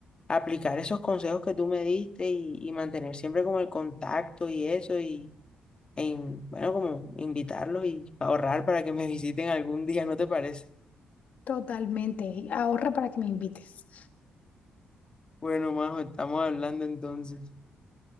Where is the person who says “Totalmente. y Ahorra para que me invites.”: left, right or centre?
Left